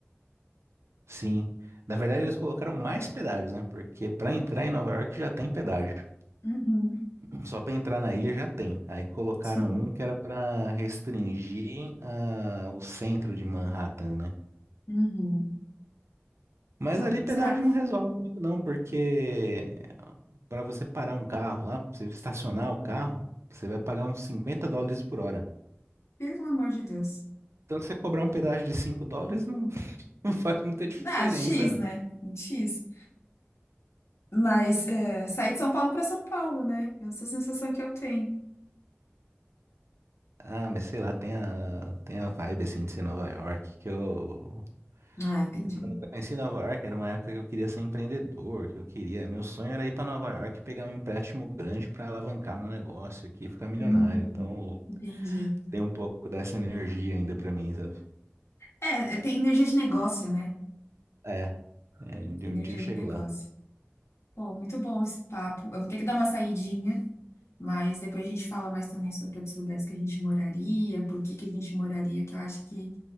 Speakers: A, on the right; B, on the left.
A: sim. Na verdade, eles colocaram mais pedágios, né? Porque para entrar em Nova York já tem pedágio.
B: Uhum,
A: Só para entrar na ilha já tem. Aí colocaram
B: sim.
A: um que era para restringir ah, o centro de Manhattan, né?
B: Uhum.
A: Mas
B: Então,
A: ali pedágio
B: será que,
A: não resolve muito não, porque para você parar um carro lá, pra você estacionar o carro, você vai pagar uns 50 dólares por hora.
B: pelo amor de Deus?
A: Então você cobrar um pedágio de 5 dólares não, <laughs> não faz muita diferença
B: Dá, X,
A: não.
B: né? Um X. Mas é, sair de São Paulo para São Paulo, né? Essa é a sensação que eu tenho.
A: Ah, mas sei lá, tem a, tem a vibe assim de ser Nova York, que eu...
B: Ah, entendi.
A: eu Quando eu conheci Nova York, era uma época que eu queria ser empreendedor, que eu queria... Meu sonho era ir para Nova York e pegar um empréstimo grande para alavancar meu negócio aqui e ficar milionário.
B: Uhum,
A: Então
B: entendi.
A: tem um pouco dessa energia ainda para mim, sabe?
B: É, é, tem energia de negócio, né?
A: É. É, de
B: Energia
A: um dia eu chego
B: de negócio.
A: lá.
B: Pô, muito bom esse papo. Eu vou ter que dar uma saidinha. Mas depois a gente fala mais também sobre outros lugares que a gente moraria, por que que a gente moraria, que eu acho que